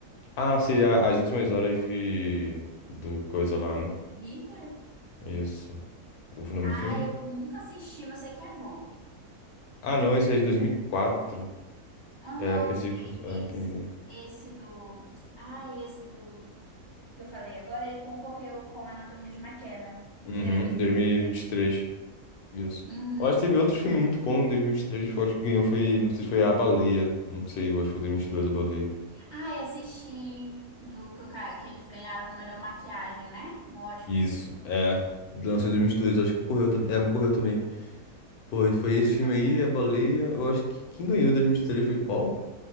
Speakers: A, on the left (about 80°); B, on the right (about 35°).
A: Ah, seria as últimas horas de. Do coisa lá, né?
B: Hitler?
A: Isso. O nome
B: Ah,
A: do filme?
B: eu nunca assisti, mas sei que é bom.
A: Ah, não, esse é de 2004.
B: Aham.
A: É, pensei que fosse.
B: Esse,
A: Ah, entendi.
B: esse do. Ah, esse do que eu falei agora, ele concorreu com Anatomia de uma Queda.
A: Uhum,
B: Acho que ele é dois mil
A: 2023.
B: e vinte e três
A: Isso.
B: Uhum.
A: Eu acho que teve outro filme muito bom em 2023, que eu acho que ganhou foi, não sei se foi A Baleia, não sei, eu acho que foi 2022
B: E...
A: A Baleia.
B: Ah, eu assisti do que, o ca- que eles ganharam de melhor maquiagem, né? No Oscar.
A: Isso, é, lançou em 2022, eu acho que concorreu também. É, concorreu também. Foi, foi
B: No-
A: esse
B: mil
A: filme
B: e novecentos
A: aí, A Baleia, eu acho que quem ganhou em 2023 foi qual?